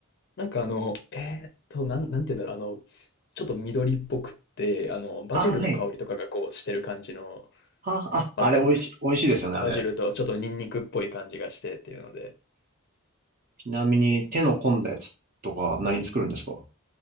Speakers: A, on the left (about 45°); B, on the right (about 40°).
A: なんかあの、えーっと、なん、なんて言うんだろう、あの、ちょっと緑っぽくって、あの、バジルの香りとかがこうしてる感じの
B: あ、はい。あ、あ、
A: パスタですね。
B: あれ美味し、美味しいですよね、あれ。
A: バジルとちょっとニンニクっぽい感じがしてっていうので。
B: ちなみに手の込んだやつとか何作るんですか